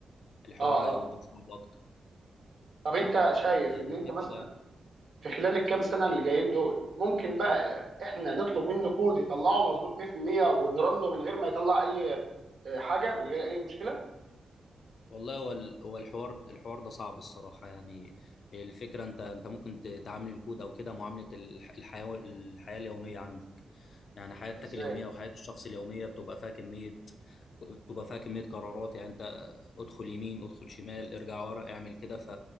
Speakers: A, on the left; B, on the right.
A: الحوار
B: اه
A: هيبقى
B: اه
A: صعب اكتر
B: طب انت شايف
A: آه،
B: ان انت
A: هي
B: مثلا
A: كده
B: في خلال الكام سنه اللي جايين دول ممكن بقى احنا نطلب منه كود يطلعه مظبوط 100% ونرنه من غير ما يطلع اي آه، حاجه من غير اي مشكله
A: والله هو ال- هو الحوار الحوار ده صعب الصراحه يعني الفكره انت انت ممكن ت- تعامل الكود او كده معامله الح- الحياه الحياه اليوميه عندك يعني حياتك
B: ازاي
A: اليومية أو حياة الشخص اليومية بتبقى فيها كمية بتبقى فيها كمية قرارات يعني أنت ادخل يمين ادخل شمال ارجع ورا اعمل كده ف...